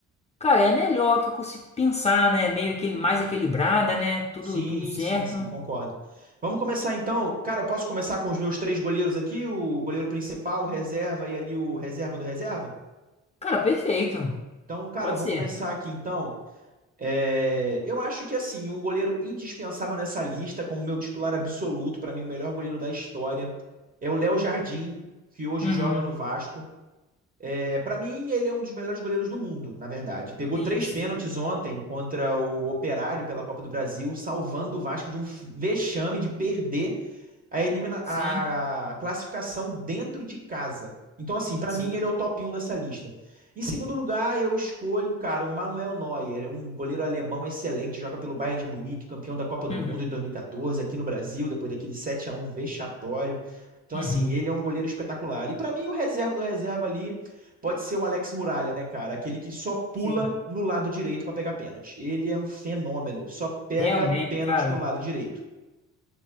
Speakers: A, on the left; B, on the right.
A: Cara, é a melhor que eu consigo pensar, né? Meio aquele, mais equilibrada, né? Tudo,
B: Sim,
A: tudo certo.
B: sim, sim, concordo. Vamos começar então. Cara, eu posso começar com os meus três goleiros aqui, o goleiro principal, o reserva e ali o reserva do reserva?
A: Cara, perfeito.
B: Então, cara,
A: Pode
B: eu vou
A: ser.
B: começar aqui então. É, Eu acho que assim, um goleiro indispensável nessa lista, como meu titular absoluto, para mim o melhor goleiro da história, é o Léo Jardim, que hoje
A: Uhum.
B: joga no Vasco. É, para mim, ele é um dos melhores goleiros do mundo, na verdade. Pegou
A: Sim,
B: três
A: sim.
B: pênaltis ontem contra o Operário pela Copa do Brasil, salvando o Vasco de um vexame de perder a, elimina
A: Sim,
B: a classificação dentro de casa. Então, assim, pra
A: sim.
B: mim ele é o top 1 dessa lista. Em segundo lugar, eu escolho, cara, o Manuel Neuer, é um goleiro alemão excelente, joga pelo Bayern de Munique, campeão da Copa do
A: Uhum.
B: Mundo em 2014, aqui no Brasil, depois daquele sete a um vexatório. Então,
A: Uhum.
B: assim, ele é um goleiro espetacular. E pra mim, o reserva do reserva ali pode ser o Alex Muralha, né, cara? Aquele que só pula
A: Sim.
B: no lado direito pra pegar pênalti. Ele é um fenômeno, só pega
A: Realmente,
B: pênalti
A: cara.
B: do lado direito.